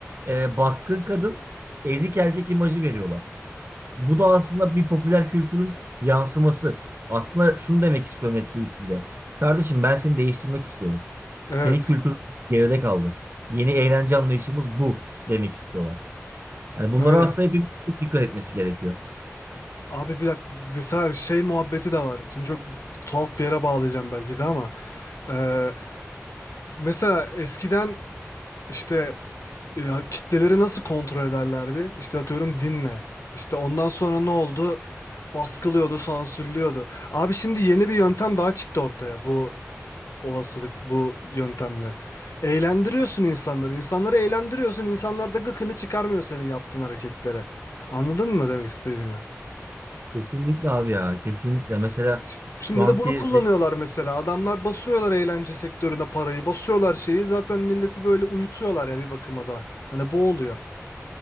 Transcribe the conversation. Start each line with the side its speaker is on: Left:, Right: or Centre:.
Right: E, baskın kadın ezik erkek imajı veriyorlar. Bu da aslında bir popüler kültürün yansıması. Aslında şunu demek istiyor Netflix bize. Kardeşim ben seni değiştirmek istiyorum.
Left: Evet.
Right: Senin kültürün geride kaldı. Yeni eğlence anlayışımız bu demek istiyorlar. Hani bunlara
Left: Öyle.
Right: aslında hepimiz çok dikkat etmesi gerekiyor.
Left: Abi bir dakika mesela şey muhabbeti de var. Şimdi çok tuhaf bir yere bağlayacağım belki de ama. eee, mesela eskiden İşte e, kitleleri nasıl kontrol ederlerdi? İşte atıyorum dinle. İşte ondan sonra ne oldu? Baskılıyordu, sansürlüyordu. Abi şimdi yeni bir yöntem daha çıktı ortaya bu olasılık, bu yöntemle. Eğlendiriyorsun insanları. İnsanları eğlendiriyorsun. İnsanlar da gıkını çıkarmıyor senin yaptığın hareketlere. Anladın mı demek istediğimi?
Right: Kesinlikle abi ya kesinlikle. Mesela
Left: Ş- Şimdi
Right: şu anki
Left: de bunu kullanıyorlar mesela. Adamlar basıyorlar eğlence sektörüne parayı, basıyorlar şeyi. Zaten milleti böyle uyutuyorlar ya bir bakıma da. Hani bu oluyor.